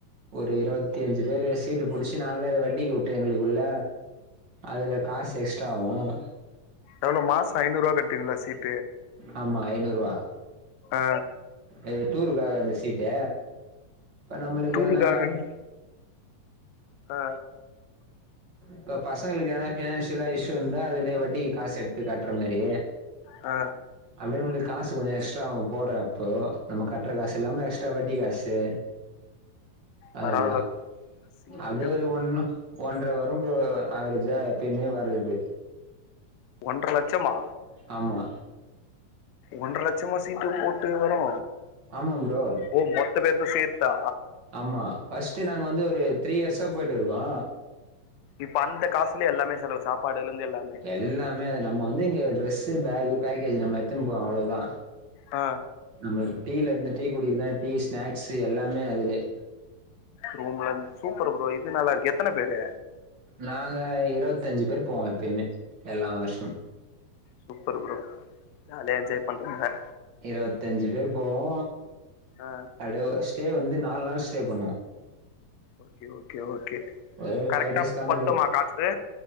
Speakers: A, on the right (about 55°); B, on the left (about 85°).
A: ஒரு இருவத்தி அஞ்சு பேரு சீட்டு புடிச்சு நாங்களே அத வட்டிக்கு வுட்டு எங்களுக்குள்ள அதுல காஸ் எக்ஸ்ட்ராவும்
B: எவ்ளோ மாசோ ஐநூரூவா கட்டுவீங்ளா சீட்
A: ஆமா ஐநூரூவா
B: ஆ
A: இது டூருக்காக அந்த சீட்டு இப்ப நம்ளுக்கு
B: டூருக்காகன்னு
A: வேனா
B: ஆ
A: இப்ப பசங்களுக்கு ஏதுனா பினான்சியலா இஷ்யூ இருந்தா அதுலயே வட்டிக்கு காசு எடுத்து காட்டுற மாரி
B: ஆ
A: அப்டியே வந்து காசு கொஞ்சோ எஸ்ட்ரா ஆவு போடுறப்போ நம்ம கட்டுற காசு இல்லாம எக்ஸ்ட்ரா வட்டி காசு அதுல்லாம்
B: பரவால்ல ப்ரோ சீட்டு
A: அப்டியே ஒரு
B: புடிங்க
A: ஒண்ணு ஒன்ற வரும் ப்ரோ அவரேஜா எப்பயுமே வரது
B: ஒன்ற லச்சமா
A: ஆமா
B: ஒன்ர லச்சமா சீட்டு போட்டு வரு
A: ஆமா ப்ரோ
B: ஓ மொத்த பேத்து சேத்தா
A: ஆமா ஃபர்ஸ்ட்டு நாங்க வந்து ஒரு த்ரீ இயர்ஸா போய்ட்டுருக்கோ
B: இப்ப அந்த காசுலே எல்லாமே செலவு சாப்பாடுல இருந்து எல்லாமே
A: எல்லாமே அது நம்ம வந்து இங்க டிரெஸ்சு பகு பேக்கேஜ் நம்ம எட்துன் போவோ அவ்ளோதா
B: ஆ
A: நம்ம டீல இருந்து டீ குடிக்கிருதா டீ ஸ்நாக்ஸ்சு எல்லாமே அதுல
B: ரூம்லந்து சூப்பர் ப்ரோ இது நல்லா இருக்கு எத்தன பேரு
A: நாங்க இருவத்தஞ்சு பேர் போவோ எப்பயுமே எல்லா வருஷம்
B: சூப்பர் ப்ரோ ஜாலியா என்ஜாய் பண்றீங்க
A: இருபத்தஞ்சு பேர் போவோ
B: ஆ
A: அட‌ ஸ்டே வந்து நாலு நாள் ஸ்டே பண்ணுவோ
B: ஓகே ஓகே ஓகே
A: ஒரு ஃபைவ்
B: கரெக்டா
A: டேஸ் கணக்கு
B: பத்துமா
A: வரு
B: காசு